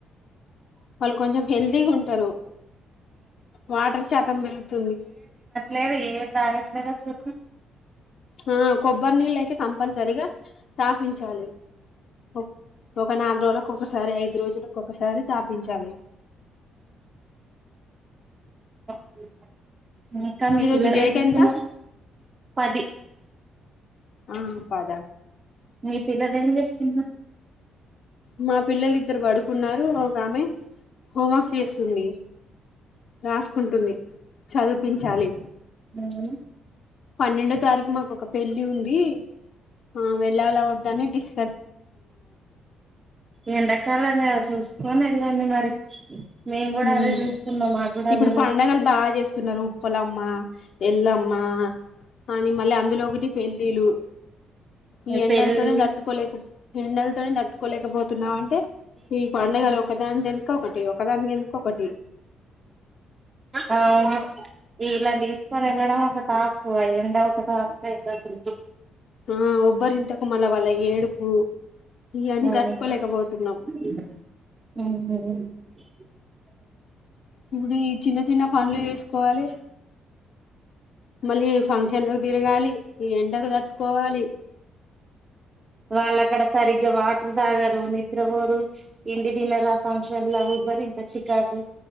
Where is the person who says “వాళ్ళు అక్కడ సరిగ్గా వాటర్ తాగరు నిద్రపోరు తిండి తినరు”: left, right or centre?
Right